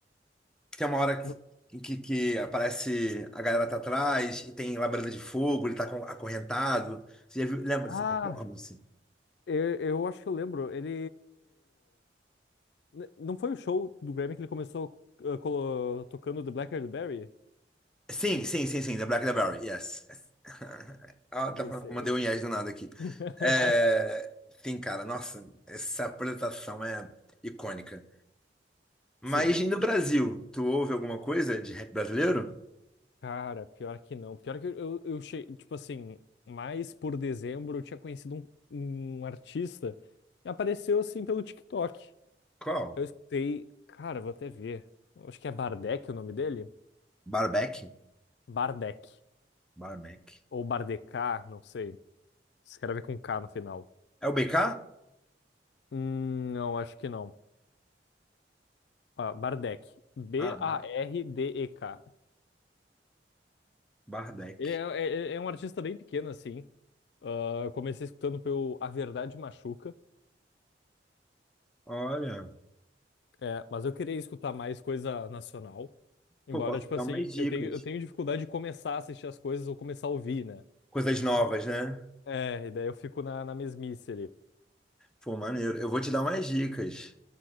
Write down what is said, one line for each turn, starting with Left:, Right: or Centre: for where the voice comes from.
Centre: Que tem uma hora
Left: No-
Centre: que, que, que aparece a galera tá atrás e tem labareda de fogo, ele tá com- acorrentado. Você já viu? Lembra
Left: Ah,
Centre: dessa performance?
Left: eu, eu acho que eu lembro. Ele. N- Não foi o show do Grammy que ele começou uh, colo- tocando The Black Eyed Berry?
Centre: Sim, sim, sim, sim, The Black and the Berry, yes. <laughs> Ah, tá,
Left: Esse, esse.
Centre: mandei um yes do nada aqui.
Left: <laughs>
Centre: É, sim, cara, nossa, essa apresentação é icônica. Mas
Left: Sim.
Centre: e no Brasil, tu ouve alguma coisa de rap brasileiro?
Left: Cara, pior que não. Pior que eu, eu cheguei, tipo assim, mais por dezembro eu tinha conhecido um, um artista que apareceu assim pelo TikTok.
Centre: Qual?
Left: Eu escutei, cara, vou até ver. Eu Acho que é Bardec o nome dele?
Centre: Barback?
Left: Bardec.
Centre: Barbeck.
Left: Ou Bardecá, não sei. Escreve com K no final.
Centre: É o BK?
Left: Hum, não, acho que não. Ah, Bardec. B-A-R-D-E-K.
Centre: Ah, Bar- Bardec.
Left: Ele é, é- é um artista bem pequeno, assim. Ah, eu comecei escutando pelo A Verdade Machuca.
Centre: Olha,
Left: É, mas eu queria escutar mais coisa nacional. Embora,
Centre: pô, posso
Left: tipo
Centre: te dar
Left: assim,
Centre: umas dicas.
Left: eu tenho, eu tenho dificuldade de começar a assistir as coisas ou começar a ouvir, né?
Centre: Coisas novas, né?
Left: É, e daí eu fico na, na mesmice ali.
Centre: Pô, maneiro. Eu vou te dar umas dicas.